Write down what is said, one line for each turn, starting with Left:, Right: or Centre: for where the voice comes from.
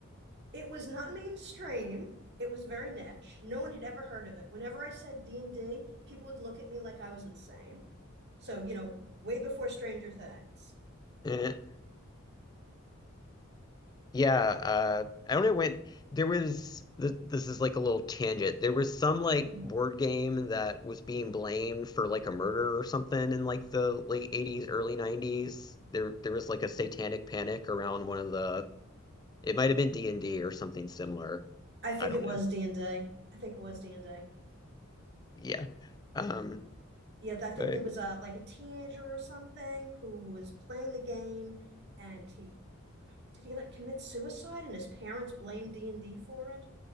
Right: it was not mainstream it was very niche no one had ever heard of it whenever i said d&d people would look at me like i was insane so you know way before stranger things
Left: eh. Yeah, uh, I don't know when there was th this is like a little tangent. There was some like
Right: Hmm.
Left: board game that was being blamed for like a murder or something in like the late 80s, early 90s. There there was like a satanic panic around one of the it might have been D&D or something similar.
Right: i think
Left: I don't
Right: it
Left: know.
Right: was d and D. I think it was d&d
Left: Yeah. Um,
Right: Yeah, I think
Left: but
Right: there was a like a teenager or something who was playing the game and he did he like commit suicide and his parents blamed D&D for it?